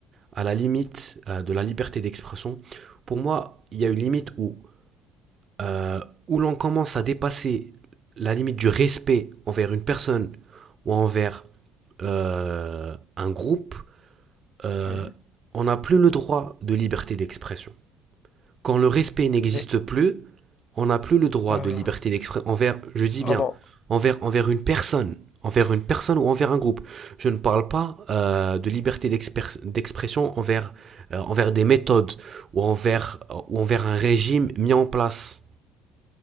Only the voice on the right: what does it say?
à la limite euh, de la liberté d'expression. Pour moi, il y a une limite où, euh, où l'on commence
à dépasser la limite du respect envers une personne ou envers euh, un groupe. euh,
on n'a plus le droit de liberté d'expression. Quand le respect n'existe
plus, on n'a plus le droit
de liberté d'expression envers, je dis
bien, envers, envers une personne, envers une personne ou envers un groupe. Je ne parle pas euh, de liberté d'expression envers, euh, envers des méthodes ou envers, euh, ou envers un régime mis en place.